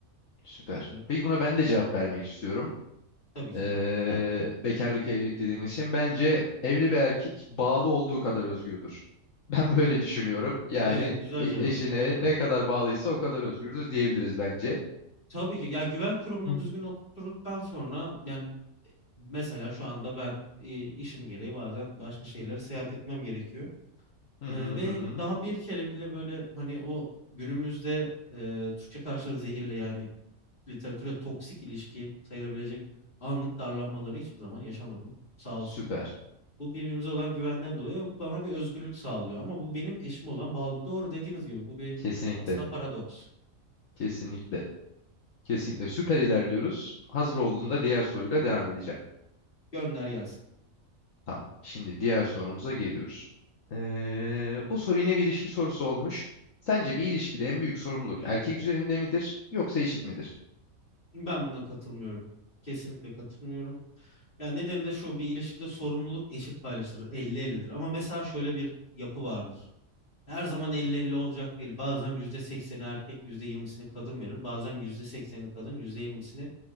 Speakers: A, on the left; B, on the left.
A: Süper.
B: Yani,
A: Peki buna ben de cevap vermek istiyorum.
B: tabii ki.
A: Ee, bekarlık evlilik dediğimiz için bence evli bir erkek bağlı olduğu kadar özgürdür. <laughs> Ben böyle düşünüyorum. Yani
B: Evet, güzel
A: e-
B: cevap.
A: eşine
B: Doğru.
A: ne kadar bağlıysa o kadar özgürdür diyebiliriz bence.
B: Tabii ki. Ya güven kurumunu
A: Hı
B: düzgün oturttuktan sonra yani mesela şu anda ben e, işim gereği bazen başka şeylere seyahat etmem gerekiyor.
A: hı
B: Ee,
A: hı.
B: ve
A: hı.
B: daha bir kere bile böyle hani o günümüzde e, Türkçe karşılığı zehirli yani literatüre toksik ilişki sayılabilecek anlık darlanmaları hiçbir zaman yaşamadım sağ
A: Süper.
B: olsun. Bu birbirimize olan güvenden dolayı bana bir özgürlük sağlıyor. Ama bu benim eşime olan bağlı. Doğru dediğiniz gibi bu bir
A: Kesinlikle.
B: aslında paradoks.
A: Kesinlikle. Kesinlikle. Süper ilerliyoruz. Hazır olduğunda diğer soruyla devam edeceğim.
B: Gönder gelsin.
A: Tamam. Şimdi diğer sorumuza geliyoruz. Ee, bu soru yine bir ilişki sorusu olmuş. Sence bir ilişkide en büyük sorumluluk erkek üzerinde midir yoksa eşit midir?
B: Ben buna katılmıyorum. Kesinlikle katılmıyorum. Yani nedeni de şu bir ilişkide sorumluluk eşit paylaşılır. 50-50'dir. Ama mesela şöyle bir yapı vardır. Her zaman elli elli olacak değil. Bazen %80'i erkek, yüzde yirmisini kadın verir. Bazen %80'i kadın, %20'sini